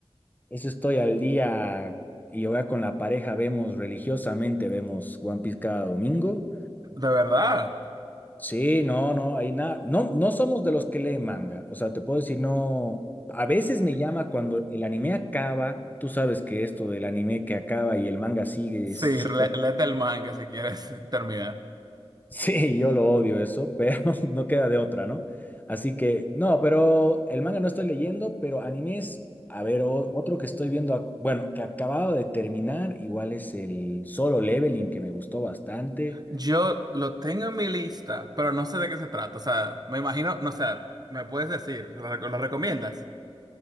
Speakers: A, on the left; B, on the right.
A: eso estoy al día y ahora con la pareja vemos religiosamente, vemos One Piece cada domingo.
B: De verdad.
A: Sí, no, no, hay nada. No, no somos de los que leen manga. O sea, te puedo decir, no. A veces me llama cuando el anime acaba. Tú sabes que esto del anime que acaba y el manga sigue
B: Sí,
A: es súper.
B: le- léete
A: <laughs>
B: el manga si quieres <laughs> terminar.
A: Sí, yo lo odio eso, pero <laughs> no queda de otra, ¿no? Así que, no, pero el manga no estoy leyendo, pero animes. A ver, o- otro que estoy viendo, ac- bueno, que acababa de terminar, igual es el Solo Leveling, que me gustó bastante.
B: Yo lo tengo en mi lista, pero no sé de qué se trata. O sea, me imagino, no sé, me puedes decir, ¿lo, rec- lo recomiendas?